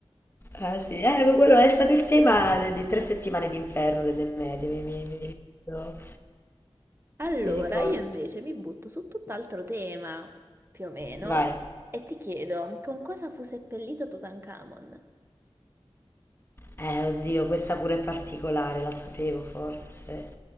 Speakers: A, on the left (about 25°); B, on the right (about 25°).
A: ah, sì. Eh, quello è stato il tema de- di tre settimane d'inferno delle medie, mi, mi- mi ricordo,
B: Allora,
A: mi ricordo.
B: io invece mi butto su tutt'altro tema, più o meno,
A: Vai.
B: e ti chiedo, con cosa fu seppellito Tutankhamon?
A: Eh, oddio, questa pure è particolare, la sapevo forse.